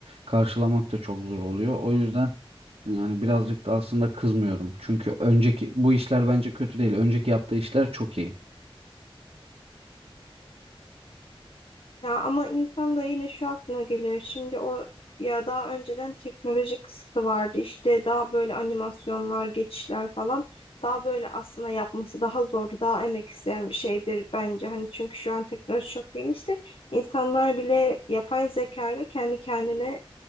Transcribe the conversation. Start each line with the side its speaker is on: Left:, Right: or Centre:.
Right: karşılamak da çok zor oluyor. O yüzden yani birazcık da aslında kızmıyorum. Çünkü önceki bu işler bence kötü değil. Önceki yaptığı işler çok iyi.
Left: Ya ama insan da yine şu aklına geliyor. Şimdi o ya daha önceden teknolojik kısıtı vardı. İşte daha böyle animasyonlar, geçişler falan. Daha böyle aslında yapması daha zordu. Daha emek isteyen bir şeydir bence. Hani çünkü şu an teknoloji çok gelişti. İnsanlar bile yapay zeka ile kendi kendine